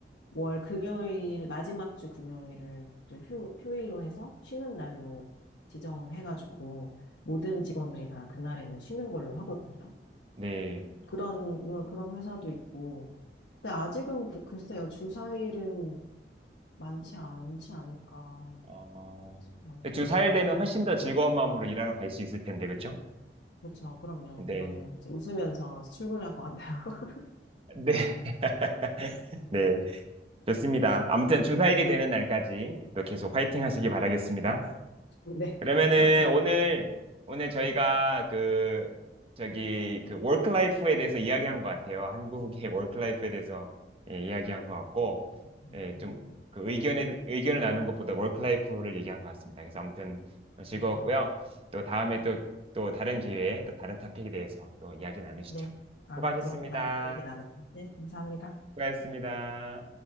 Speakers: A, on the left; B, on the right.
A: 월 금요일, 마지막 주 금요일을 좀 휴, 휴일로 해서 쉬는 날로 지정해가지고 모든 직원들이 다 그날에는 쉬는 걸로 하거든요.
B: 네.
A: 그런, 음, 그런 회사도 있고. 근데 아직은 그, 글쎄요, 주사일은 많지 않지 않을까.
B: 어,
A: 음,
B: 주 4일 되면 훨씬 더 즐거운 마음으로 일하러 갈 수 있을 텐데, 그죠
A: 그렇죠. 그럼요.
B: 네.
A: 그러면 이제 웃으면서 출근할 것 같아요. <laughs>
B: 네. <laughs> 네. 좋습니다. 아무튼 주 4일이 되는 날까지 또 계속 화이팅
A: 음,
B: 하시기 바라겠습니다.
A: 네.
B: 그러면은
A: 감사합니다.
B: 오늘
A: 어,
B: 오늘 저희가 그 저기 그 워크라이프에 대해서 이야기한 것 같아요. 한국의 <laughs> 워크라이프에 대해서 예, 이야기한 것 같고
A: 음,
B: 예,
A: 음.
B: 좀그 의견에 의견을 나눈 것보다 워크라이프를 얘기한 것 같습니다. 그래서 아무튼 즐거웠고요.
A: 네.
B: 또 다음에 또 또 다른 기회에 또 다른 토픽에 대해서 또 이야기 나누시죠.
A: 네. 다음에
B: 수고하셨습니다.
A: 또 나, 이야기 나눠요. 네. 감사합니다.
B: 수고하셨습니다.